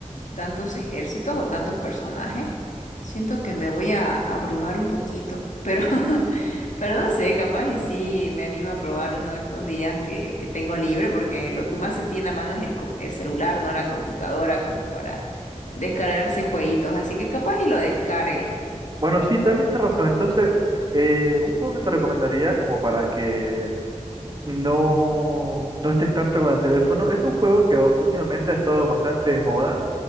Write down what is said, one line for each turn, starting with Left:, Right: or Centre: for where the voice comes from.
Left: tantos ejércitos o tantos personajes. Siento que me voy a abrumar un poquito. Pero, <laughs> pero no sé, capaz y sí me animo a probar uno de estos días que, que tengo libre, porque lo que más se tiene a mano es el, co- el celular, no la computadora, como para descargarse jueguitos. Así que capaz y lo descargue.
Right: Bueno, sí, también tienes razón. Entonces, eh, un juego que te recomendaría como para que no, no estés tanto con el teléfono. Es un juego que o- últimamente ha estado bastante de moda,